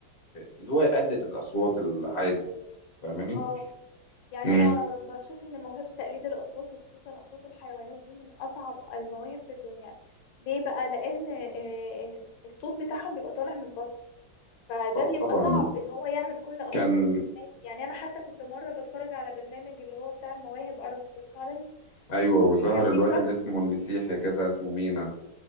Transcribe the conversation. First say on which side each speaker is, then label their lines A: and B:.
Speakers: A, on the left; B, on the left.
A: اللي هو يقلد الاصوات العادي فاهماني
B: اه يعني
A: امم
B: انا بشوف ان موهبة تقليد الاصوات وخصوصا اصوات الحيوانات دي من اصعب المواهب في الدنيا ليه بقى لان آه، آه، الصوت بتاعهم بيبقى طالع من البطن فده
A: اه
B: بيبقى
A: طبعا
B: صعب ان هو يعمل كل اصوات
A: كان
B: الحيوانات يعني انا حتى كنت مره بتفرج على برنامج اللي هو بتاع المواهب اربس كوت تالنت
A: ايوه وظهر
B: كان في
A: الواد
B: شخص
A: اللي اسمه المسيحي كده اسمه مينا